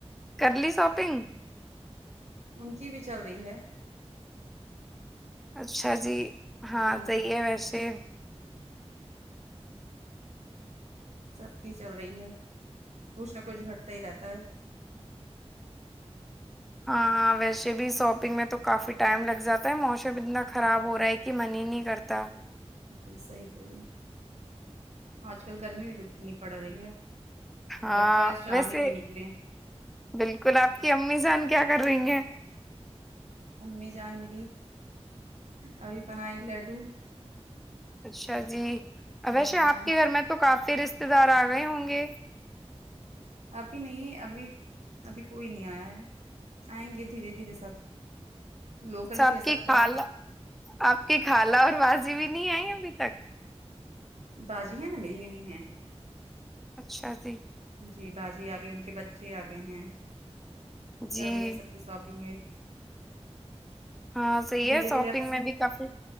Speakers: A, in the centre; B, on the right.
A: کرلی شاپنگ
B: ان کی بھی چل رہی ہے
A: اچھا جی ہاں
B: جی
A: صحی ہے ویسے
B: سب کی چل رہی ہے کچھ نہ کچھ گھٹتا ہی رہتا ہے
A: ہاں ویسے بھی شاپنگ میں تو کافی ٹائم لگ جاتا ہے موسم اتنا خراب ہو رہا ہے کہ من ہی نہیں کرتا
B: ج صحیح ہو رہے آج کل گرمی بھی تو کتنی پڑ رہی ہے
A: ہاں
B: لگتا ہے شام
A: ویسے
B: ہی میں نکلے
A: بالکل آپ کی امی سےان کیا کر رہی ہیں
B: امی جان ملی ابھی بنائی لڈو
A: اچھا جی
B: ہاں
A: ویسے آپ کے گھر میں تو کافی پھر رشتے دار آ گئے ہوں گے
B: ابھی نہیں ابھی ابھی کوئی نہیں آیا ہے آئیں گے دھیرے دھیرے سب لوکل
A: اچا
B: ہی
A: آپ
B: ہے سب
A: کی خال
B: کا
A: آپ کی خالہ اور واز بھی نہیں آئی ابھی تک
B: بازی ہے نا میری یہیں ہے
A: اچھا جی
B: جی باجی آگئے ان کے بچے آگئے ہیں
A: جی
B: چل رہی ہیں سبی سوپیں گ
A: ہاں صحیح
B: دھیرے
A: ہے
B: دھیرے
A: شاپنگ
B: اب
A: میں بھی کافی